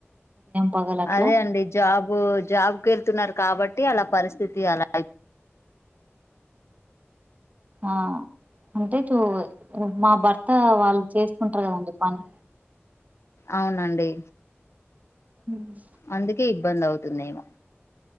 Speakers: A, on the right; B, on the left.
A: పగలట్లా
B: అదే అండి జాబు జాబ్ కి వెళ్తున్నారు కాబట్టి అలా పరిస్థితి అలా
A: ఆ అంటే చూ మా భర్త వాళ్ళు చేసుకుంటరు కదండి పని
B: అవునండి
A: హ్మ్
B: అందుకే ఇబ్బంది అవుతుందేమో